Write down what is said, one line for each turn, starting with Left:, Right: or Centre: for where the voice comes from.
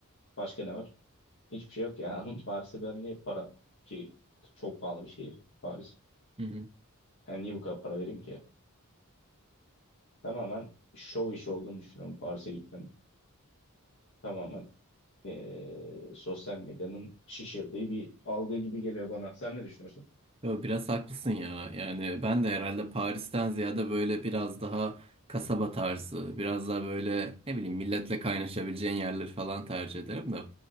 Left: Başka ne var? Hiçbir şey yok ya. <laughs> Paris'e ben niye para ki çok pahalı bir şehir Paris.
Right: hı hı.
Left: Yani niye bu kadar para vereyim ki? Tamamen şov işi olduğunu düşünüyorum Paris'e gitmenin. Tamamen e, sosyal medyanın şişirdiği bir algı gibi geliyor bana. Sen ne düşünüyorsun?
Right: Yo, biraz haklısın ya. Yani ben de herhalde Paris'ten ziyade böyle biraz daha kasaba tarzı, biraz daha böyle ne bileyim milletle kaynaşabileceğin yerleri falan tercih ederim de.